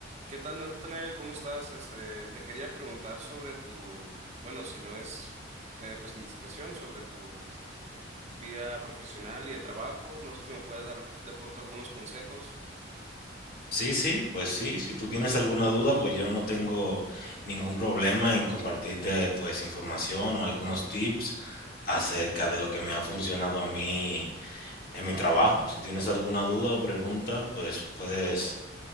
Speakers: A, on the right; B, on the left.
A: ¿Qué tal, Nathaniel? ¿Cómo estás? Este, te quería preguntar sobre tu, bueno, si no es eh, pues indiscreción, sobre tu vida profesional y de trabajos. No sé si me puedes dar de pronto algunos consejos.
B: Sí, sí, pues sí, si tú tienes alguna duda, pues yo no tengo ningún problema en compartirte pues información o algunos tips acerca de lo que me ha funcionado a mí en mi trabajo. Si tienes alguna duda o pregunta, pues puedes